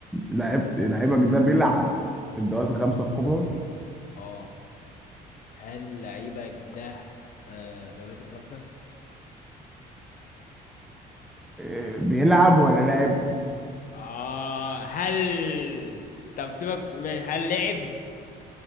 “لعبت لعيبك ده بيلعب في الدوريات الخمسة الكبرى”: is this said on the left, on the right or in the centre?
Centre